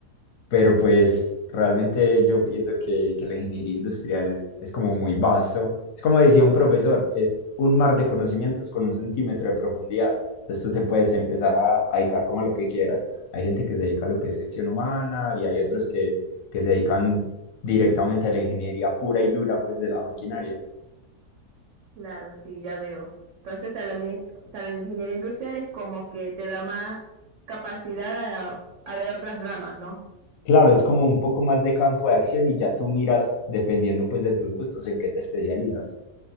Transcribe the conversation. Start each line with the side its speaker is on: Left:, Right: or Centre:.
Left: pero pues realmente yo pienso que, que la ingeniería industrial es como muy vasto. Es como decía un profesor, es un mar de conocimientos con un centímetro de profundidad. Entonces tú te puedes empezar a, a dedicar como a lo que quieras. Hay gente que se dedica a lo que es gestión humana y hay otros que, que se dedican directamente a la ingeniería pura y dura, pues de la maquinaria.
Right: Claro, sí, ya veo. Entonces, o sea, la, mi- o sea, la ingeniería industrial es como que te da más capacidad a, a ver otras ramas, ¿no?
Left: Claro, es como un poco más de campo de acción y ya tú miras, dependiendo pues de tus gustos, en qué te especializas.